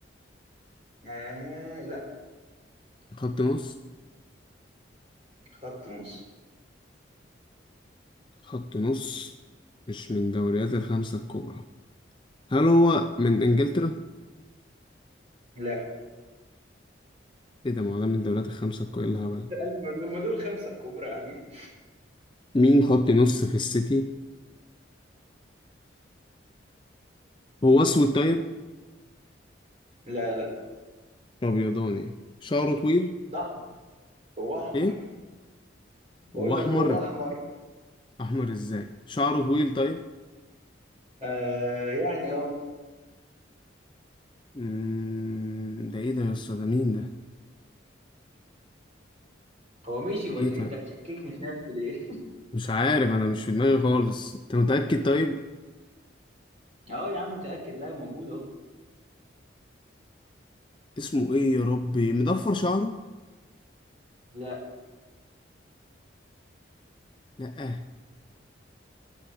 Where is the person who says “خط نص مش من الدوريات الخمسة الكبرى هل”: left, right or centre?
Left